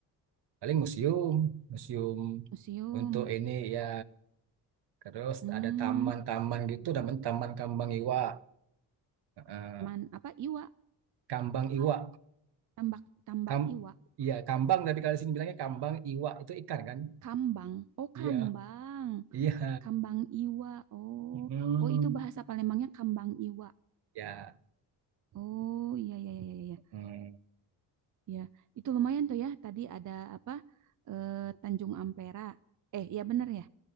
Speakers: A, on the right (about 65°); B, on the right (about 45°).
A: paling museum museum
B: Museum.
A: untuk ini ya terus
B: Hmm,
A: ada taman-taman gitu namanya taman kambang iwa Eh,
B: teman apa? Iwa.
A: kambang iwa
B: Tambak, tambak
A: kam
B: Iwa.
A: iya kambang tapi kalau di sini bilangnya kambang iwa itu ikan kan
B: Kambang. Oh,
A: iya
B: kambang.
A: iya
B: Kambang Iwa. Oh,
A: Mm,
B: oh itu bahasa Palembangnya kambang Iwa.
A: ya
B: Oh, iya, iya, iya, iya. iya.
A: mm.
B: Ya, itu lumayan tuh ya. Tadi ada apa? Eh, Tanjung Ampera. Eh, ya bener ya.